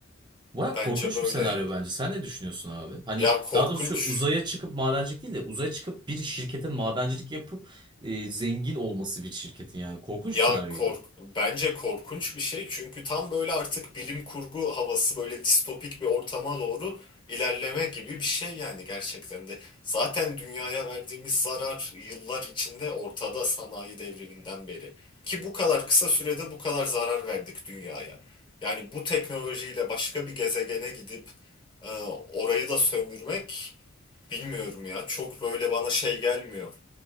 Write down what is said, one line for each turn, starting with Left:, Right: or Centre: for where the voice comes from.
Right: Baya
Left: Bence
Right: korkunç
Left: böyle
Right: bir senaryo
Left: yani.
Right: bence. Sen ne düşünüyorsun abi? Hani
Left: Ya korkunç
Right: daha doğrusu uzaya çıkıp madencilik değil de uzaya çıkıp bir şirketin madencilik yapıp e, zengin olması bir şirketin yani. Korkunç
Left: Ya
Right: bir senaryo
Left: kork
Right: gibi.
Left: bence korkunç bir şey çünkü tam böyle artık bilim kurgu havası böyle distopik bir ortama doğru ilerleme gibi bir şey yani gerçekten de. Zaten dünyaya verdiğimiz zarar yıllar içinde ortada sanayi devriminden beri. Ki bu kadar kısa sürede bu kadar zarar verdik dünyaya. Yani bu teknolojiyle başka bir gezegene gidip e, orayı da sömürmek bilmiyorum ya çok böyle bana şey gelmiyor